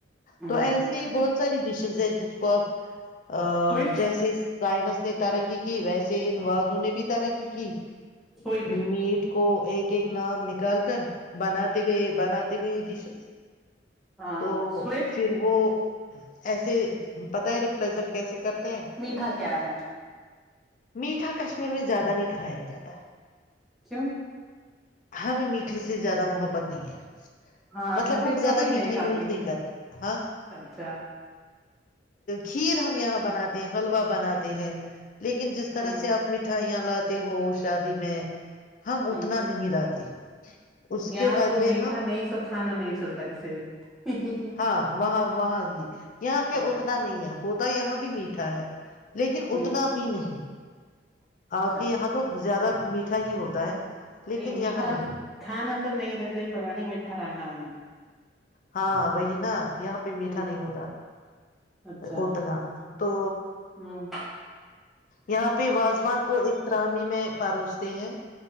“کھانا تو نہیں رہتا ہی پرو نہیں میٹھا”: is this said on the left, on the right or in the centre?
Centre